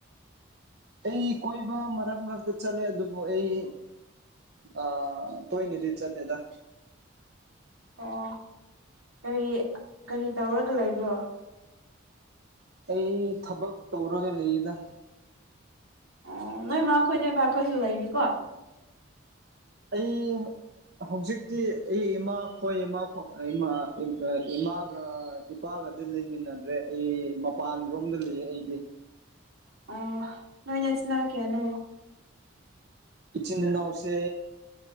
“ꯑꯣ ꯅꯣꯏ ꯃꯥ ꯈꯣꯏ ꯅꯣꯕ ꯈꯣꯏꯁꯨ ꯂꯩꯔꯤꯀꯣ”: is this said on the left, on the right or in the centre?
Right